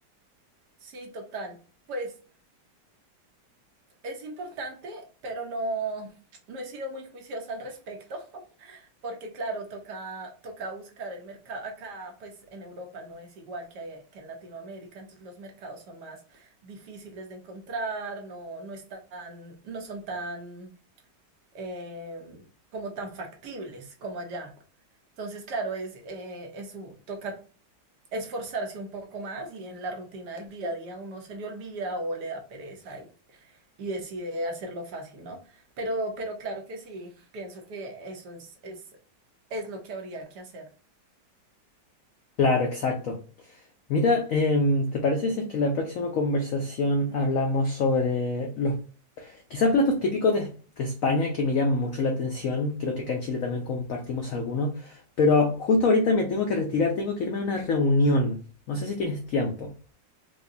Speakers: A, on the right; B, on the left.
A: sí, total. Pues Es importante, pero no, no he sido muy juiciosa al respecto, <laughs> porque claro, toca, toca buscar el mercado. Acá, pues en Europa no es igual que, que en Latinoamérica, entonces los mercados son más difíciles de encontrar, no, no están, no son tan eh, como tan factibles como allá. Entonces, claro, es, eh, es u- toca esforzarse un poco más y en la rutina del día a día uno se le olvida o le da pereza y decide hacerlo fácil, ¿no? Pero, pero claro que sí, pienso que eso es, es, es lo que habría que hacer.
B: Claro, exacto. Mira, em, ¿te parece si es que la próxima conversación hablamos sobre los quizás platos típicos de, de España que me llaman mucho la atención? Creo que acá en Chile también compartimos algunos, pero justo ahorita me tengo que retirar, tengo que irme a una reunión. No sé si tienes tiempo.